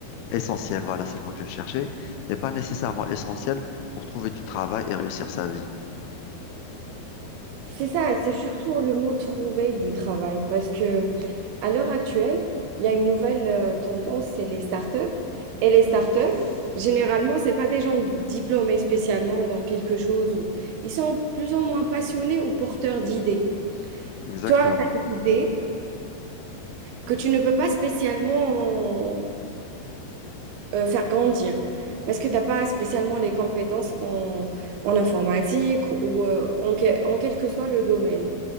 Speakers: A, on the left; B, on the right.
A: essentiel, voilà, c'est le mot que je cherchais, n'est pas nécessairement essentiel pour trouver du travail et réussir sa vie.
B: C'est ça, c'est surtout le mot trouver du travail, parce que À l'heure actuelle, il y a une nouvelle euh, tendance, c'est les startups. Et les startups, généralement, ce pas des gens diplômés spécialement dans quelque chose. Ou... Ils sont plus ou moins passionnés ou porteurs d'idées.
A: Exactement.
B: Toi, tu as une idée que tu ne peux pas spécialement euh, faire grandir parce que tu n'as pas spécialement les compétences en, en informatique ou euh, en, que- en quel que soit le domaine.